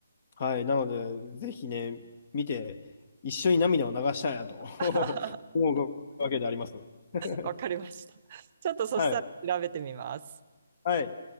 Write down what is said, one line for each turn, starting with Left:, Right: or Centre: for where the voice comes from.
Left: はい。なので、ぜひね、見て、一緒に涙を流したいなと <laughs>
Right: <laughs>
Left: 思うわけであります。<laughs>
Right: わかりました。ちょっとそしたら調べてみます。
Left: はい。はい。